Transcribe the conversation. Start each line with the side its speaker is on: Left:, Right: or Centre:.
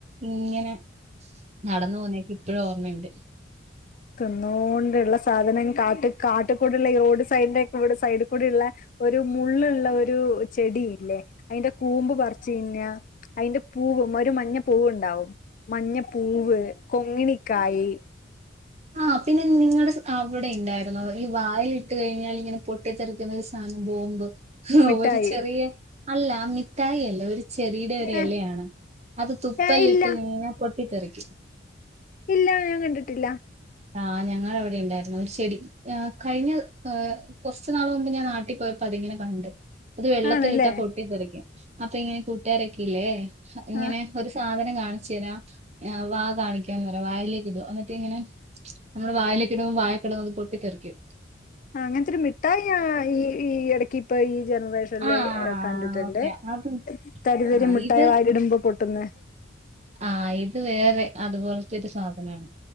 Right: ഇങ്ങനെ നടന്നു പോവുന്നൊക്കെ ഇപ്പഴും ഓർമ്മയുണ്ട്!
Left: തിന്നോണ്ടുള്ള സാധനം കാട്ട് കാട്ടിൽ കൂടെള്ള ഈ റോഡ് സൈഡിന്റെ കൂടെ സൈഡിൽ കൂടെ ഉള്ള ഒരു മുള്ളുള്ള ഒരു ചെടിയില്ലേ അതിന്റെ കൂമ്പ് പറി ച്ച് തിന്നാ അതിന്റെ പൂവും ഒരു മഞ്ഞപ്പൂവ് ഉണ്ടാവും മഞ്ഞപ്പൂവ് കൊങ്ങിണിക്കായ്
Right: ആഹ് പിന്നെ നിങ്ങടെ അവിടെ ഉണ്ടായിരുന്നോ ഈ വായിൽ ഇട്ട് കഴിഞ്ഞാൽ ഇങ്ങനെ പൊട്ടിത്തെറി ക്കുന്ന ഒരു സാധനം ബോംബ്
Left: മിഠായി
Right: ഒരു ചെറിയ അല്ല മിഠായി അല്ല ഒരു ചെടിയുടെ ഒരു
Left: ഏ
Right: ഇലയാണ് അത് തുപ്പല്
Left: ഏ, ഇല്ല
Right: ഇട്ട് കഴിഞ്ഞ പൊട്ടിത്തെറിക്കും
Left: ഇല്ല ഞാൻ കണ്ടിട്ടില്ല
Right: ആ ഞങ്ങടെ അവിടെ ഉണ്ടായിരുന്നു ഒരു ചെടി കഴിഞ്ഞ കുറച്ച് നാൾ മുമ്പ് ഞാൻ നാട്ടിൽ പോയപ്പൊ അതിങ്ങനെ കണ്ട് അത് വെള്ളത്തിലിട്ടാ
Left: ആണല്ലേ
Right: പൊട്ടിത്തെറിക്കും അപ്പൊ ഇങ്ങനെ കൂട്ടുകാരൊക്കെ ഇല്ലേ ഇങ്ങനെ
Left: ആ
Right: ഒരു സാധനം കാണ കാണിച്ചു തരാം വാ കാണിക്കാന്ന് പറയാ വായിലേ കിടും എന്നിട്ട് ഇങ്ങനെ നമ്മുടെ വയിലേക്ക് ഇട്മ്പോ വായെ കിടന്നത്അത് പൊട്ടി തെറിക്കും
Left: ആ അങ്ങനത്തെ ഒരു മിഠായി ഈ ഈ ഇടക്ക് ഇപ്പ ഈ ജനറേഷനിൽ
Right: ആ
Left: കണ്ടിട്ടുണ്ട്
Right: ഓക്കെ അത്
Left: തരിതരി
Right: ആ
Left: മുട്ടായി
Right: ഇത്
Left: വായി ഇടുമ്പോ പൊട്ടുന്നെ
Right: ആ ഇത് വേറെ അതുപോലത്തെ ഒരു സാധനമാണ്